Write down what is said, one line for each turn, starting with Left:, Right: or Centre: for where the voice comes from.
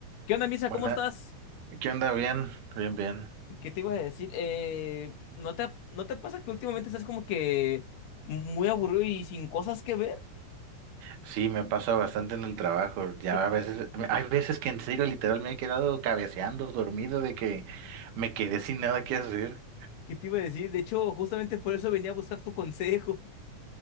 Left: ¿Qué onda, Misa?
Right: Buena,
Left: ¿Cómo estás?
Right: ¿qué onda? Bien, bien, bien.
Left: ¿Qué te iba a decir? Eh, ¿no te, no te pasa que últimamente estás como que muy aburrido y sin cosas que ver?
Right: Sí, me pasa bastante en el trabajo. Ya
Left: <laughs>
Right: a veces, hay veces que en serio literal me he quedado cabeceando, dormido, de que me quedé sin nada que hacer.
Left: ¿Qué te iba a decir? De hecho, justamente por eso venía a buscar tu consejo.